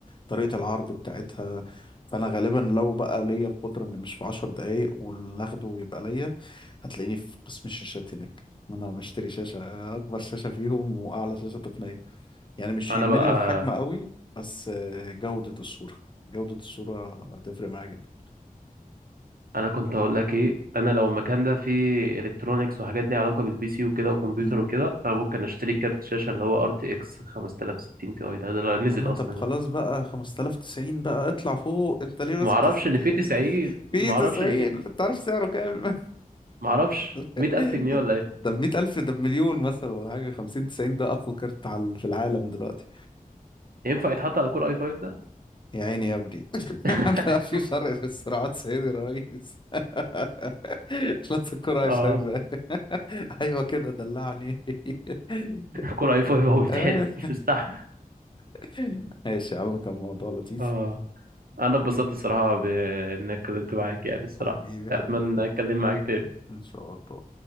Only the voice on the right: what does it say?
انا
بقى
انا كنت اقول لك ايه انا لو المكان ده فيه الكترونيكس وحاجات ليها علاقة بالبي سي وكده وكمبيوتر
وكده انا ممكن اشتري كارت شاشة اللي هو ار تي اكس 5060 تي اي ده ده لو
نزل
اصلا
يعني
ما اعرفش
ان فيه 90
ما
اعرفش ان فيه
ما اعرفش
100000 جنيه ولا إيه؟
ينفع يتحط على كور اي 5 ده
<laughs>
اه
كور اي 5 هو بيتحرق
مش مستحمل
اه انا اتبسطت الصراحه بان اتكلمت معاك يعني الصراحه
اتمنى
اتكلم معاك تاني